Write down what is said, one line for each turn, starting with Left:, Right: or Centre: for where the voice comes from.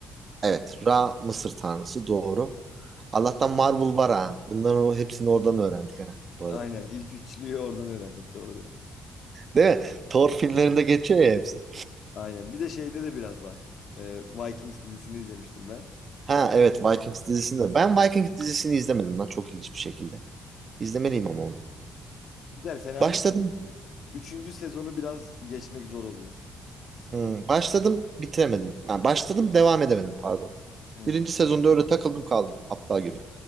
Right: Evet. Ra Mısır tanrısı. Doğru. Allah'tan Marvel var ha. Bunların o- hepsini oradan öğrendik ha. Bu arada.
Left: Aynen ilk üçlüyü oradan öğrendik doğru.
Right: Değil mi? Thor filmlerinde geçiyor ya hepsi.
Left: Aynen bir de şeyde de biraz var. Ee, Vikings dizisini izlemiştim ben.
Right: Ha evet Vikings dizisinde. Ben Vikings dizisini izlemedim lan çok ilginç bir şekilde. İzlemeliyim ama onu.
Left: Güzel fena
Right: Başladım.
Left: değil. mi? Üçüncü sezonu biraz geçmek zor oluyor. Sıkılıyor.
Right: Hmm, başladım bitiremedim. Ha, başladım devam edemedim pardon.
Left: Hmm.
Right: Birinci sezonda öyle takıldım kaldım aptal gibi.